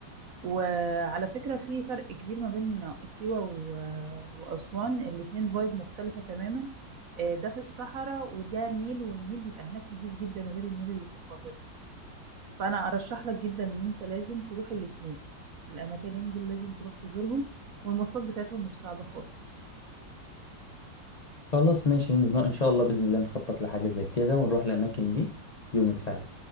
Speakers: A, on the right; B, on the left.
A: وعلى فكرة في فرق كبير ما بين سيوة و- وأسوان الاتنين فايب مختلفة تماما آه، ده في الصحراء وده نيل والنيل بيبقى هناك نضيف جدا غير النيل اللي في القاهرة فأنا أرشح لك جدا إن أنت لازم تروح الاتنين الأماكنين دول لازم تروح تزورهم والمواصلات بتاعتهم مش صعبة خالص
B: خلاص ماشي من ان شاء الله بإذن الله نخطط لحاجة زي كده ونروح الأماكن دي يومك سعيد